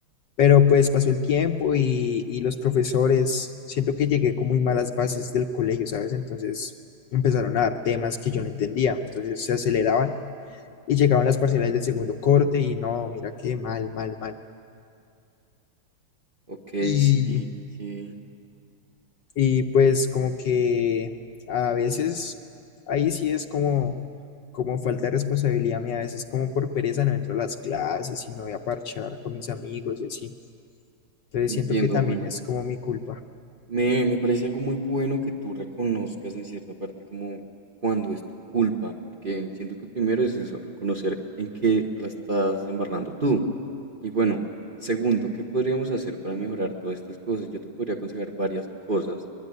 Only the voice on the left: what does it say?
Pero pues pasó el tiempo y, y los profesores, siento que llegué con muy malas bases del colegio, ¿sabes? Entonces empezaron a dar temas que yo no entendía, entonces se aceleraban y llegaban las parciales del segundo corte y no, mira qué mal, mal, mal.
Y,
y pues como que a veces ahí sí es como, como falta de responsabilidad mía, a veces como por pereza no entro a las clases y me voy a parchar con mis amigos y así. Entonces
siento que también
es como mi culpa.